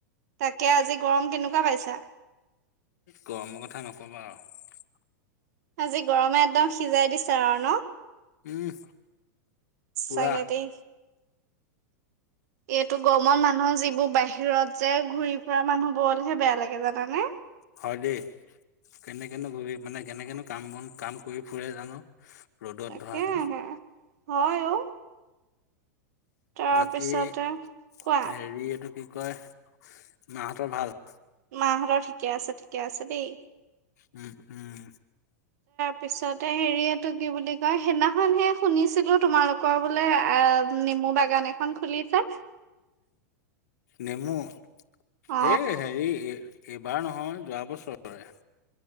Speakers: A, on the right (about 70°); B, on the left (about 70°).
A: তাকে আজি গৰম কেনেকুৱা পাইছা?
B: গৰমৰ কথা নকবা আৰু
A: আজি গৰমে একদম সিজাই দিছে আৰু ন?
B: উম পুৰা
A: সঁচাকে দেই। এইটো গৰমত মানুহৰ যিবোৰ বাহিৰত যে ঘূৰি ফুৰা মানুহবোৰলেহে বেয়া লাগে। জানানে?
B: হয় দেই কেনেকে নো ঘূৰি মানে কেনেকেনো কাম-বন কাম কৰি ফুৰে জানো? ৰ'দত
A: তাকে
B: ধৰাচোন
A: হে, হয় অ'। তাৰপিছতে
B: বাকী হেৰি
A: কোৱা,
B: এইটো কি কয় মাহঁতৰ ভাল?
A: মাহঁতৰ ঠিকে আছে ঠিকে আছে দেই।
B: উম-উম
A: পিছতে হেৰি এটো কি বুলি কয় সেইদিনাখনহে শুনিছিলো তোমালোকৰ বোলে আহ নেমু বাগান এখন খুলিছা?
B: নেমু এই
A: অ
B: হেৰি এইবাৰ নহয় যোৱা বছৰৰে।